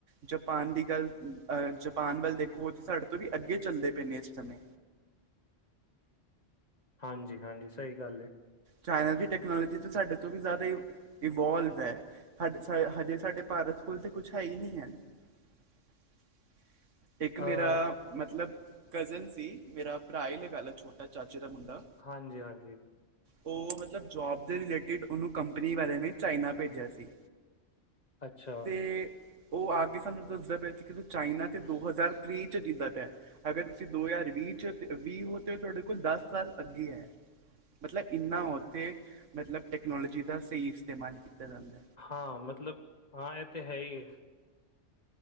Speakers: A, on the right; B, on the left.
A: ਜਾਪਾਨ ਦੀ ਗੱਲ ਅਹ ਜਪਾਨ ਵੱਲ ਦੇਖੋ ਤਾਂ ਸਾਡੇ ਤੋਂ ਵੀ ਅੱਗੇ ਚੱਲਦੇ ਪਏ ਨੇ। ਇਸ ਸਮੇਂ
B: ਹਾਂਜੀ ਹਾਂਜੀ ਸਹੀ ਗੱਲ ਏ।
A: ਚਾਈਨਾ ਦੀ ਟੈਕਨੋਲੋਜੀ ਤੇ ਸਾਡੇ ਤੋਂ ਵੀ ਜ਼ਿਆਦਾ ਹੀ ਹਉ ਇਵਬੋਲਵ ਐ। ਸਾਡੇ ਹਜੇ ਸਾਡੇ ਭਾਰਤ ਸਕੂਲ ਤੇ ਕੁਛ ਹੈ ਹੀ ਨਹੀਂ ਐ। <inaudible> ਇੱਕ
B: ਅ
A: ਮੇਰਾ ਮਤਲਬ ਕਜ਼ਨ ਸੀ। ਮੇਰਾ ਭਰਾ ਹੀ ਲਗਾ ਲਾ ਆ ਛੋਟਾ ਚਾਚੇ ਦਾ ਮੁੰਡਾ
B: ਹਾਂਜੀ ਹਾਂਜੀ
A: ਉਹ ਮਤਲਬ ਜੋਬ ਦੇ ਰਿਲੇਟਿਡ ਉਹਨੂੰ ਕੰਪਨੀ ਵਾਲਿਆ ਨੇ ਚਾਈਨਾ ਭੇਜਿਆ ਸੀ।
B: ਅੱਛਾ
A: ਤੇ ਉਹ ਆ ਕੇ ਸਾਨੂੰ ਦਸੱਦੇ ਪਏ ਸੀ। ਕਿ ਚਾਈਨਾ ਤੇ ਦੋ ਹਜ਼ਾਰ ਤ੍ਰਈ 'ਚ ਜੀਂਦਾ ਪਿਆ। ਅਗਰ ਤੁਸੀਂ ਦੋ ਹਜ਼ਾਰ ਵੀਹ ਚ ਵੀਹ ਹੋ, ਤੇ ਤੁਹਾਡੇ ਕੋਲ ਦਸ ਸਾਲ ਅੱਗੇ ਹੈ। ਮਤਲਬ ਇੰਨਾ ਉੱਥੇ ਮਤਲਬ ਟੈਕਨੋਲੋਜੀ ਦਾ ਸਹੀ ਇਸਤੇਮਾਲ ਕੀਤਾ ਜਾਂਦਾ।
B: ਹਾਂ ਮਤਲਬ ਹਾਂ ਇਹ ਤੇ ਹੈ ਹੀ ਹੈ।